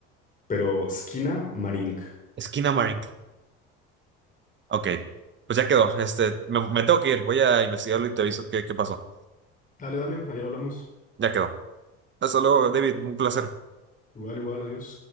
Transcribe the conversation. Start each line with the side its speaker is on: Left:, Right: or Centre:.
Left: pero Skina Marink.
Right: Esquina Marink. Ok, pues ya quedó. Este, me, me tengo que ir. Voy a investigarlo y te aviso qué, qué pasó.
Left: Dale, dale, ahí hablamos.
Right: Ya quedó. Hasta luego, David, un placer.
Left: Igual, igual, adiós.